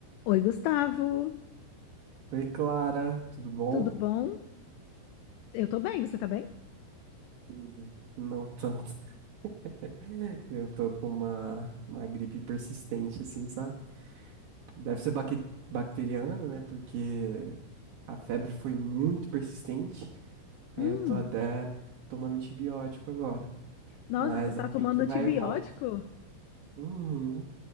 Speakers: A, on the left; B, on the right.
A: Oi, Gustavo,
B: Oi, Clara, tudo bom?
A: tudo bom? Eu tô bem, você tá bem?
B: Hum, Não tanto. <laughs> Eu tô com uma, uma gripe persistente, assim, sabe? Deve ser baque- bacteriana, né? Porque a febre foi muito persistente.
A: Hum,
B: Aí eu tô até tomando antibiótico agora.
A: nossa,
B: Mas
A: você tá
B: ela
A: tomando
B: meio que
A: antibiótico?
B: vai e volta. Uhum,